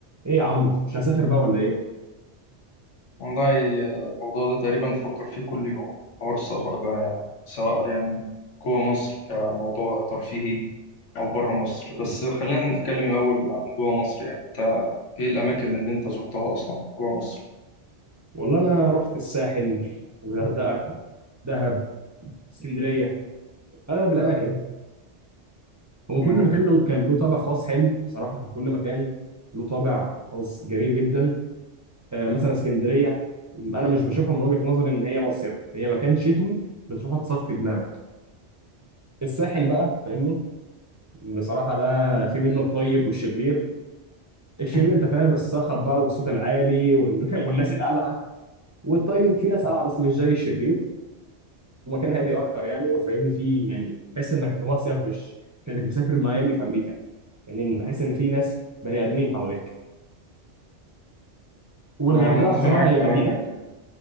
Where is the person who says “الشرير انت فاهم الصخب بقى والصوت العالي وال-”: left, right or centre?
Right